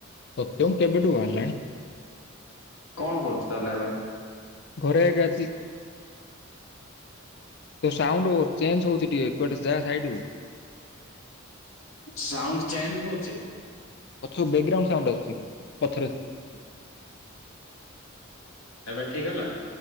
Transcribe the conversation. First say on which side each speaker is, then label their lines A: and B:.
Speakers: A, on the left; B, on the left.
A: ସତ୍ୟମ କେବେଠୁ ବାହାରଲାଣି?
B: କଣ କରୁଚି ତାହେଲେ ଏବେ?
A: ଘରେ ଏକା ଅଛି। ତୋ ସାଉଣ୍ଡୁ ଚେଞ୍ଚ୍ ହଉଚି ଟିକେ କୁଆଡ଼େ ଯା ସାଇଡ଼ଉ।
B: ସାଉଣ୍ଡ ଚେଞ୍ଜ୍ ହଉଚି।
A: ପଛ ବେଗ୍ରାଉଣ୍ଡ୍ ସାଉଣ୍ଡ ଆସୁଚି ପଛରେ।
B: <inaudible> ଏବେ ଠିକ୍ ହେଲା?